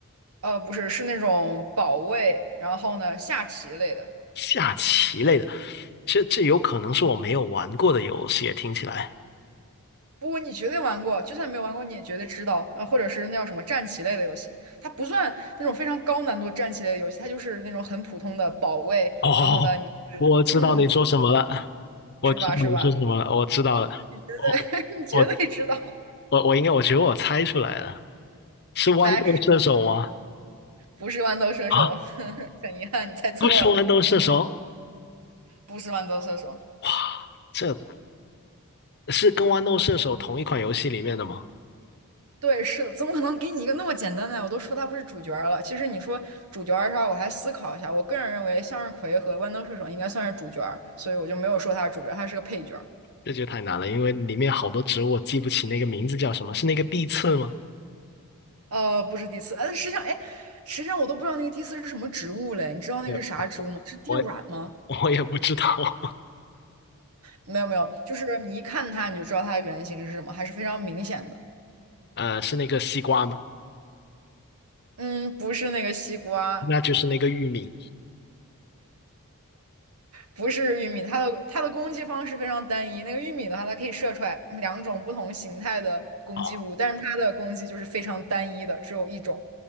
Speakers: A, on the right (about 80°); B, on the left (about 50°).
A: 呃，不是，是那种保卫，然后呢，下棋类的。
B: 下棋类的？这这有可能是我没有玩过的游戏，听起来。
A: 不过你绝对玩过，就算没有玩过，你也绝对知道。啊，呃或者是那叫什么战棋类的游戏，它不算那种非常高难度战棋类的游戏，它就是那种很普通的保卫。
B: <laughs> 哦，
A: 然后呢，你
B: 我知道你说什么了，
A: 嗯，
B: 我知道你说什么了，
A: 是吧？是吧？
B: 我知道了，
A: 对，
B: 我
A: <laughs> 你绝对知道。
B: 我我我应该，我觉得我猜出来了，是豌豆射手吗？
A: <laughs> 来，是不是豌豆射手？
B: 啊，
A: <laughs> 很遗憾，你猜错了，
B: 不是豌豆射手，
A: 不是豌豆射手。
B: 哇，这是跟豌豆射手同一款游戏里面的吗？
A: 对，是的，怎么可能给你一个那么简单的呀我都说他不是主角儿了。其实你说主角儿上，我还思考一下。我个人认为，向日葵和豌豆射手应该算是主角儿所以我就没有说他是主角儿，他是个配角儿
B: 这就太难了，因为里面好多植物我记不起那个名字叫什么，是那个地刺吗？
A: 呃，不是第四，呃，实际上，哎，实际上我都不知道那个第四是什么植物嘞。你知道那个是啥植物吗？
B: 哎呦，
A: 是地软吗？
B: 我我也不知道，<laughs>
A: 没有没有，就是你一看它你就知道它的原型是什么，还是非常明显的。
B: 呃，是那个西瓜吗？
A: 嗯，不是那个西瓜，
B: 那就是那个玉米。
A: 不是玉米，它的它的攻击方式非常单一。那个玉米的话，它可以射出来两种不同形态的攻击物，
B: 哦，
A: 但是它的攻击就是非常单一的，只有一种。